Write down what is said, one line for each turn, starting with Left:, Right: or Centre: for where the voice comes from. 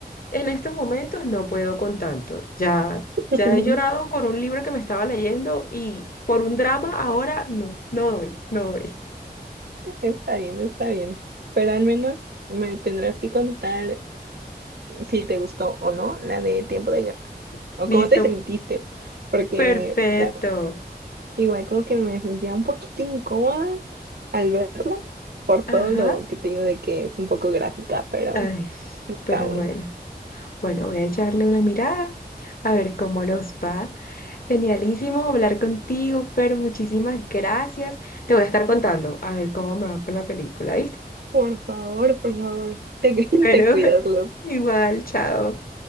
Left: en estos momentos no puedo con tanto. Ya,
Right: <laughs>
Left: ya he llorado con un libro que me estaba leyendo y por un drama ahora no, no doy, no doy.
Right: Está bien, está bien. Pero al menos me tendrás que contar si te gustó o no la de Tiempo de Guerra.
Left: <laughs>
Right: O
Left: Listo,
Right: cómo te sentiste. Porque
Left: perfecto.
Right: la- igual como que me sentía un poquito incómoda al verla. Por
Left: Ajá,
Right: todo lo que te digo de que es un poco gráfica, pero
Left: ay,
Right: está
Left: pero
Right: buena.
Left: bueno. Bueno, voy a echarle una mirada a ver cómo nos va. Genialísimo hablar contigo, Fer, muchísimas gracias. Te voy a estar contando a ver cómo me va con la película, ¿viste?
Right: Por favor, por favor. Te, <laughs>
Left: Pero
Right: te cuidas,
Left: <laughs>
Right: Luz.
Left: igual, chao.